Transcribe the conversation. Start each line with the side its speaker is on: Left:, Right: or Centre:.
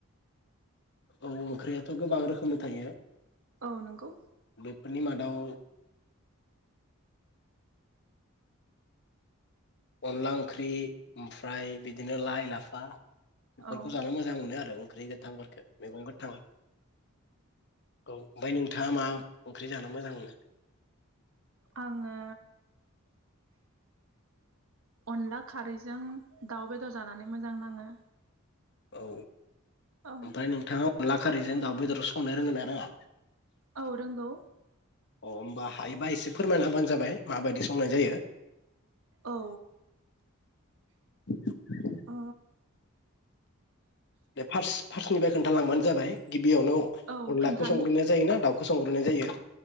Left: औ ओंख्रियाथ' गोबां रोखोमनि थायो।
Right: औ नंगौ।
Left: फोरनि मादाव अनला ओंख्रि ओमफ्राय बिदिनो लाइ लाफा बेफोरखौ
Right: औ
Left: जानो मोजां मोनो आरो। ओंख्रि गोथांफोरफोरखौ मैगं गोथां। औ ओमफ्राय नोंथाङा मा ओंख्रि जाना मोजां मोनो
Right: आङो अनला खारैजों दाउ बेदर जानानै मोजां नाङो
Left: औ
Right: औ
Left: ओमफ्राय नोंथाङा अनला खारैजों दाउ बेदर संनो रोंगोन ना रोङा
Right: औ रोंगौ
Left: अ होमबा हायोबा एसे फोरमायना होबानो जाबाय माबायदि संनाय जायो
Right: औ
Left: <inaudible>
Right: अ
Left: बे फार्स् फार्स्टनिफ्राय खोन्थालांबानो जाबाय गिबियावनो
Right: औ
Left: अनलाखौ
Right: खोन्थानि
Left: संग्रोननाया जायोना दाउ फोसंग्रोनाय जायो